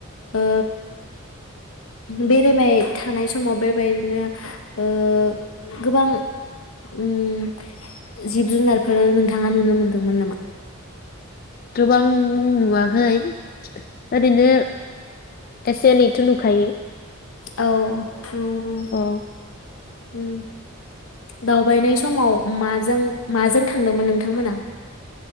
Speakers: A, on the left; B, on the left.
A: ओ बेरायबाय थानाय समाव बेबायदिनो ओ गोबां उम जिब जुनारफोर नोंथाङा नुनो मोनदोंमोन नामा?
B: गोबां नुवाखै ओरैनो एसे एनैथ' नुखायो।
A: औ उम उम
B: औ
A: उम दावबायनाय समाव माजों माजों थांदोंमोन नोंथांमोना?